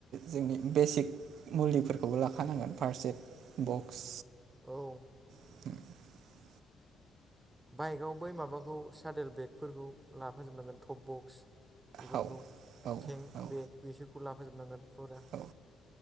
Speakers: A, on the right; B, on the right.
A: जोंनि बेसिक मुलिफोरखौबो लाखानांगोन फार्स्ट एड बक्स
B: औ
A: <unintelligible>
B: बाइकाव बै माबाखौ सादेल बेगफोरखौ लाफाजोबनांगोन टप बक्स बेफोरखौ
A: औ औ
B: टेंक
A: औ
B: बेग बेसफोरखौ लाफोजोबनांगोन फुरा
A: औ